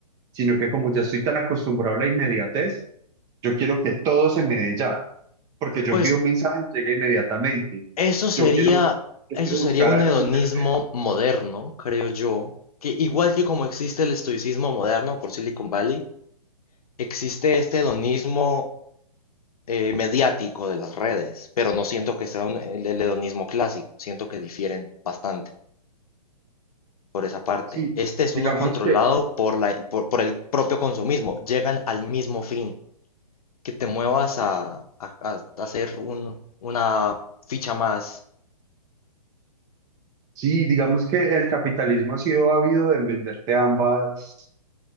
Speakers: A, on the right (about 20°); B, on the left (about 65°).
A: sino que como ya estoy tan acostumbrado a la inmediatez, yo quiero que todo se me dé ya, porque yo
B: Pues
A: envío un mensaje y llega inmediatamente.
B: eso sería,
A: Yo quiero, yo
B: eso
A: quiero
B: sería
A: buscar
B: un
A: algo
B: hedonismo
A: en internet.
B: moderno, creo yo, que igual que como existe el estoicismo moderno por Silicon Valley, existe este hedonismo eh, mediático de las redes, pero no siento que sea un- el, el hedonismo clásico, siento que difieren bastante por esa parte.
A: Sí,
B: Este es uno
A: digamos
B: controlado
A: que,
B: por la, por por el propio consumismo, llegan al mismo fin. que te muevas a, a- a hacer un- una ficha más.
A: sí, digamos que el capitalismo ha sido ávido en venderte ambas,